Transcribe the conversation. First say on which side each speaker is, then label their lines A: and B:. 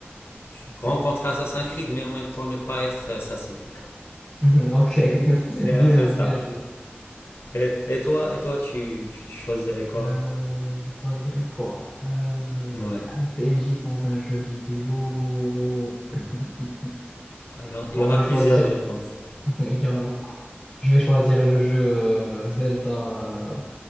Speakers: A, on the left; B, on the left.
A: Je-
B: Ok.
A: Rencontrer Assassin's Creed, mais en même temps ne pas être euh, sa cible.
B: <laughs> Ok.
A: <laughs>
B: <laughs>
A: C'est
B: Bien,
A: un peu ça.
B: bien joué.
A: Et, et toi, et toi, tu, tu, tu choisirais quoi?
B: Euh, je choisirais quoi? Euh,
A: Ouais.
B: un PNJ dans un jeu vidéo. <laughs>
A: Ouais, Il y en il
B: Alors,
A: y en
B: je
A: a
B: vais
A: plusieurs,
B: choisir.
A: je pense.
B: <laughs> Il y en a beaucoup. Je vais choisir le jeu euh, Zelda euh,